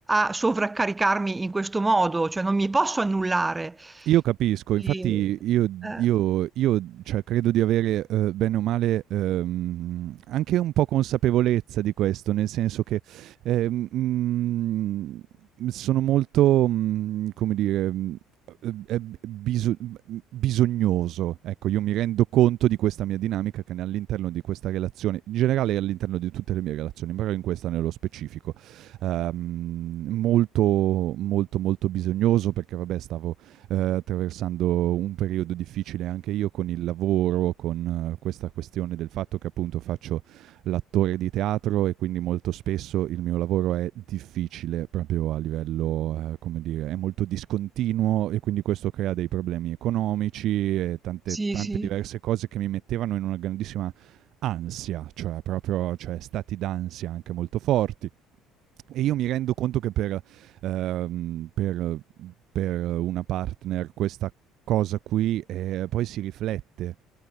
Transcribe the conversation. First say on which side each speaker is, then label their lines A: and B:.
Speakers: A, on the right; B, on the right.
A: a sovraccaricarmi in questo modo, cioè non mi posso annullare.
B: Io capisco, infatti
A: E,
B: io
A: eh,
B: io io, cioè credo di avere, uhm, bene o male, uhm, anche un po' consapevolezza di questo, nel senso che, ehm, mhmm, sono molto, mhmm, come dire, mhmm, uhm, e b biso mhmm, bisognoso. Ecco, io mi rendo conto di questa mia dinamica che n all'interno di questa relazione, in generale all'interno di tutte le mie relazioni, però in questa nello specifico. Uhm, molto, molto, molto bisognoso perché vabbè stavo eh, attraversando un periodo difficile anche io con il lavoro, con eh, questa questione del fatto che appunto faccio l'attore di teatro e quindi molto spesso il mio lavoro è difficile proprio a livello, eh, come dire, è molto discontinuo e quindi questo crea dei problemi economici e tante,
A: sì,
B: tante
A: sì,
B: diverse cose che mi mettevano in una grandissima ansia, cioè proprio cioè, stati d'ansia anche molto forti. E io mi rendo conto che per, ehm, per- per una partner questa cosa qui eh, poi si riflette.